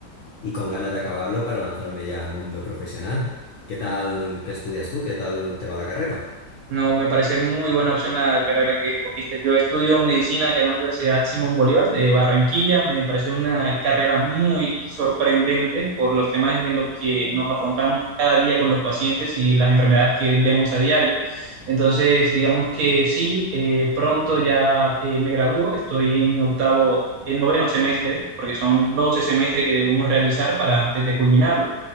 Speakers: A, on the left; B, on the right.
A: y con ganas de acabarlo para lanzarme ya al mundo profesional. ¿Qué tal? ¿Qué estudias tú? ¿Qué tal te va la carrera?
B: No, me parece muy buena opción la carrera que escogiste. Yo estudio medicina acá en la Universidad Simón Bolívar de Barranquilla. Me pareció una carrera muy sorprendente por los temas en los que nos afrontamos cada día con los pacientes y las enfermedades que vemos a diario. Entonces, digamos que sí, eh, pronto ya eh, me gradúo. Estoy en octavo, el noveno semestre, porque son 12 semestres que debemos realizar para antes de culminarlo.